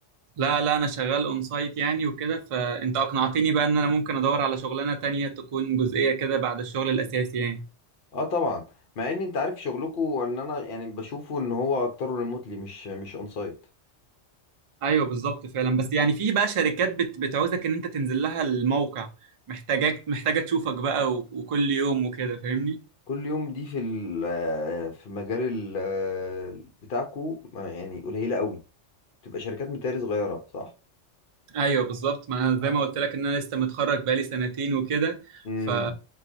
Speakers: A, on the right; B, on the left.
A: لا لا انا شغال اون سايت يعني وكده فانت اقنعتني بقى ان انا ممكن ادور على شغلانه تانية تكون جزئيه كده بعد الشغل الاساسي يعني
B: اه طبعا مع ان انت عارف شغلكو ان انا يعني بشوفه ان هو اكتره ريموتلي مش مش اون سايت
A: ايوه بالظبط فعلا بس يعني في بقى شركات بت بتعوزك ان انت تنزل لها الموقع محتاجاك محتاجه تشوفك بقى و... وكل يوم وكده فاهمني
B: كل يوم دي في ال آه، في مجال ال آه، بتاعكو ما يعني قليله قوي تبقى شركات متهيألي صغيره صح
A: ايوه بالظبط ما أنا زي ما قلت لك ان انا لسه متخرج بقالي سنتين وكده
B: امم
A: ف